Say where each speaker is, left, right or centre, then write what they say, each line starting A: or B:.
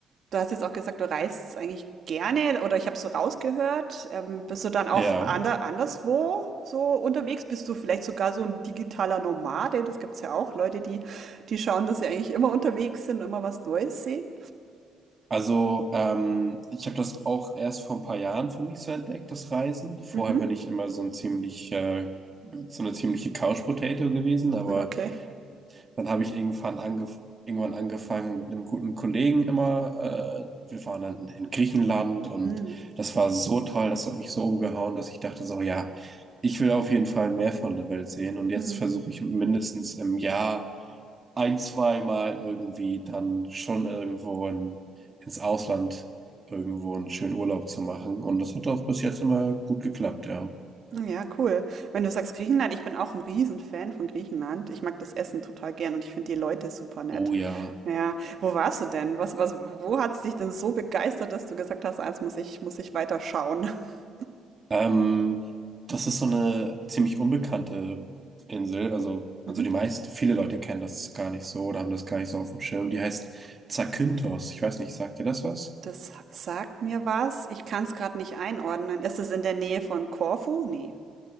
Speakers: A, on the right; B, on the right.
A: du hast jetzt auch gesagt, du reist eigentlich gerne oder ich habe so rausgehört. Ähm, bist du dann auch
B: ja.
A: ander anderswo so unterwegs? Bist du vielleicht sogar so ein digitaler Nomade? Das gibt es ja auch, Leute, die, die schauen, dass sie eigentlich immer unterwegs sind, immer was Neues sehen.
B: Also ähm, ich habe das auch erst vor ein paar Jahren für mich so entdeckt, das Reisen. Vorher
A: Mhm.
B: bin ich immer so ein ziemlich, äh, so eine ziemliche Couch Potato gewesen, aber
A: Okay.
B: Dann habe ich irgendwann, angef irgendwann angefangen mit einem guten Kollegen immer. Äh, wir waren dann in Griechenland und
A: Mhm.
B: das war so toll, das hat mich so umgehauen, dass ich dachte so, ja, ich will auf jeden Fall mehr von der Welt sehen. Und jetzt
A: Mhm.
B: versuche ich mindestens im Jahr ein, zweimal irgendwie dann schon irgendwo in, ins Ausland irgendwo einen schönen Urlaub zu machen. Und das hat auch bis jetzt immer gut geklappt, ja.
A: Ja, cool. Wenn du sagst Griechenland, ich bin auch ein Riesenfan von Griechenland. Ich mag das Essen total gern und ich finde die Leute super nett.
B: Oh ja.
A: Ja, wo warst du denn? Was, was, wo hat es dich denn so begeistert, dass du gesagt hast, als muss ich, muss ich weiter schauen? <laughs>
B: Ähm, das ist so eine ziemlich unbekannte Insel. Also,
A: Mhm.
B: also die meisten, viele Leute kennen das gar nicht so oder haben das gar nicht so auf dem Schirm. Die heißt Zakynthos. Ich weiß nicht, sagt dir das was?
A: Das sagt mir was. Ich kann es gerade nicht einordnen. Ist es in der Nähe von Korfu? Nee.